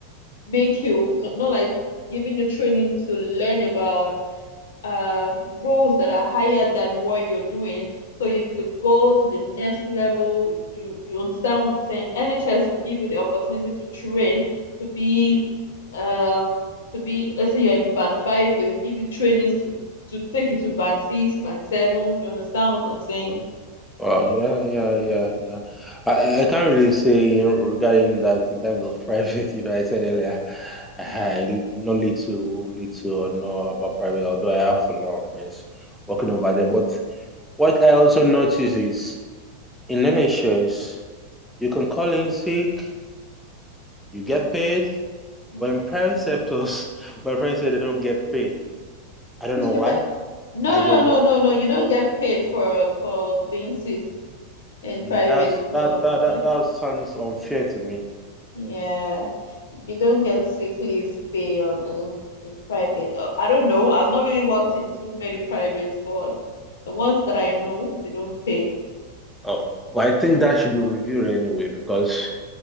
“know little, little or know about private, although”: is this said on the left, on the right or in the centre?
Centre